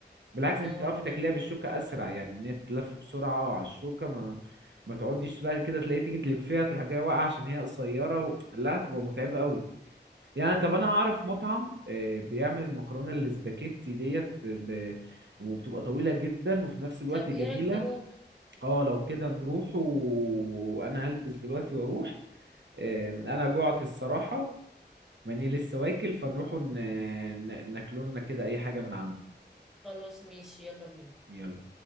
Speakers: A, on the right; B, in the centre.
A: بالعكس
B: اه
A: انت تعرفي تاكليها
B: فاهمين
A: بالشوكة اسرع يعني ان هي تلف بسرعة على الشوكة ما ما تقعديش بقى كده تلاقي تيجي تلفيها تروح جاية واقعة عشان هي قصيرة و... لا هتبقى متعبة قوي يعني طب انا اعرف مطعم آه، بيعمل المكرونة الاسباجيتي ديت ب... وبتبقى طويلة جدا وفي نفس الوقت
B: طب
A: جميلة
B: ايه رايك نروح
A: اه لو كده نروح و- وانا هلبس دلوقتي واروح آه، انا جوعت الصراحة ماني لسه واكل فنروح ن... ن... ناكلولنا كده اي حاجة من عنده
B: خلاص ماشي يلا بينا
A: يلا